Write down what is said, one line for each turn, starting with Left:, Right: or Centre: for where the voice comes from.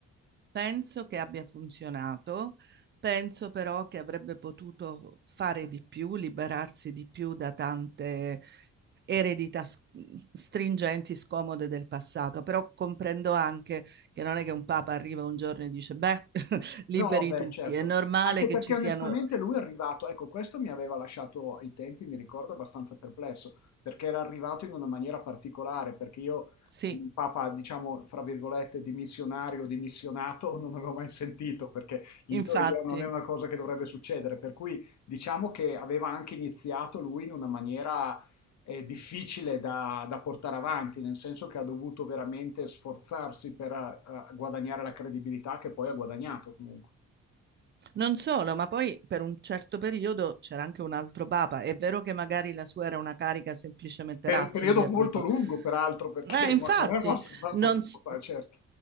Right: Penso che abbia funzionato, penso però che avrebbe potuto fare di più, liberarsi di più da tante eredità s- stringenti, scomode del passato, però comprendo anche che non è che un papa arriva un giorno e dice, beh, <laughs> liberi
Left: No, beh,
Right: tutti,
Left: certo.
Right: è normale
Left: Anche
Right: che
Left: perché
Right: ci siano...
Left: onestamente lui è arrivato, ecco, questo mi aveva lasciato ai tempi, mi ricordo, abbastanza perplesso, perché era arrivato in una maniera particolare, perché io
Right: Sì,
Left: il Papa, diciamo, fra virgolette, di missionario, di missionato, <laughs> non avevo mai sentito, perché in
Right: Infatti,
Left: teoria non è una cosa che dovrebbe succedere, per cui diciamo che aveva anche iniziato lui in una maniera eh, difficile da, da portare avanti, nel senso che ha dovuto veramente sforzarsi per eh, guadagnare la credibilità che poi ha guadagnato comunque.
Right: non solo, ma poi per un certo periodo c'era anche un altro papa. È vero che magari la sua era una carica semplicemente
Left: Per
Right: Ratzinger,
Left: un periodo molto
Right: dico.
Left: lungo, peraltro, perché
Right: Eh, infatti,
Left: <laughs> mo- non è morto tanto
Right: non,
Left: tempo
Right: s-
Left: fa, certo.